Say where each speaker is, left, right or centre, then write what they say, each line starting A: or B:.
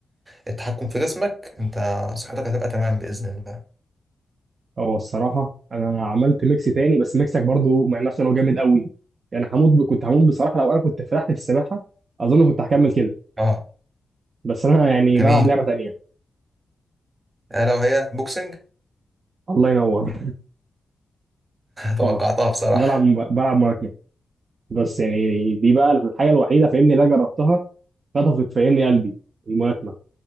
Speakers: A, on the right (about 30°); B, on the right (about 60°).
A: التحكم في جسمك انت صحتك هتبقى تمام باذن الله
B: هو الصراحه انا عملت ميكس تاني بس ميكسك برضو ما ينفعش إن هو جامد قوي يعني هموت ب... كنت هموت بصراحه لو انا كنت فلحت في السباحه اظن كنت هكمل كده
A: اه
B: بس انا يعني
A: جميل
B: بلعب لعبه تانيه
A: آه لو هي بوكسنج <laughs>
B: الله ينور <laughs>
A: توقعتها
B: اه
A: بصراحه
B: بلعب بلعب ملاكمه بس يعني دي بقى الحاجه الوحيده فاهمني اللي انا جربتها خطفت فاهمني قلبي الملاكمه